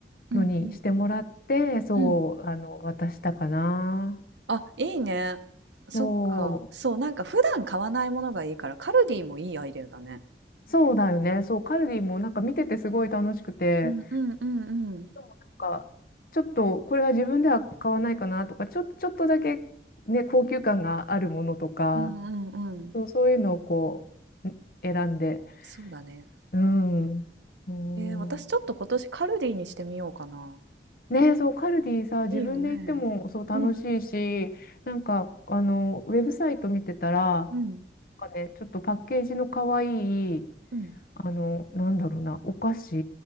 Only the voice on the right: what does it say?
うんうん。
うん。
あ、いいね。そっか。
そう、なんか普段買わないものがいいから、カルディもいいアイデアだね。
うんうんうんうん。
うんうんうん。
そうだね。
えー、私ちょっと今年カルディにしてみようかな。
いいよね。うん
うん
うん。